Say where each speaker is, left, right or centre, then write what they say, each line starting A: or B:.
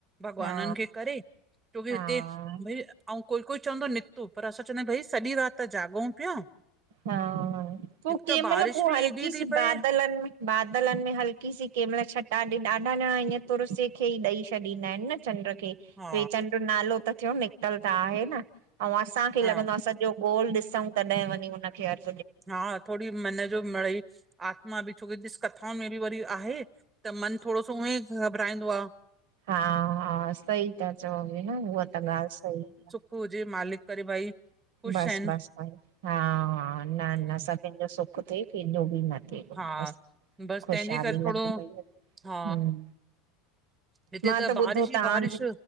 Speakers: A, on the right; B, on the right.
A: भॻवाननि
B: हा
A: खे करे छोकी
B: हा
A: हिते भई ऐं कोई कोई चवंदो निकतो पर असां चवंदा आहियूं भई सॼी राति त जाॻूं पिया
B: हा, पोइ
A: हिकु
B: केहिं
A: त बारिश
B: महिल हू
A: बि
B: हल्की
A: एॾी
B: सी
A: थी पए
B: बादलनि में बादलनि में हल्की सी कंहिं महिल छटा ॾे ॾाढा ॼणा इअं तुरसे खे ई ॾेई छॾींदा आहिनि न चंड खे
A: हा
B: ॿे चंड जो नालो त थियो निकितल त आहे न ऐं असांखे
A: हा
B: लॻंदो आहे असां सॼो गोल ॾिसऊ तॾहिं वञी हुनखे अर्क
A: हा थोरी मन जो मड़ई आत्मा बि छोकी ॾिस कथाउनि में बि वरी आहे त मन थोरो सो उहो ई घबराईंदो आहे।
B: हा-हा, सही था चऊ भेण हू त ॻाल्हि सही आहे।
A: पोइ जीअं मालिक करे भई। ख़ुशि
B: बसि
A: आहिनि
B: बसि हा-हा न
A: हम्म,
B: न सभिनि जो सुख थिए कंहिंजो बि न
A: हा
B: बसि
A: बसि
B: ख़ुशहाली
A: तंहिंजे करे थोरो
B: लॻी पई आहे।
A: हा
B: हम्म
A: हिते
B: मां त
A: बारिश
B: ॿुधो
A: ई
B: तव्हांजे
A: बारिश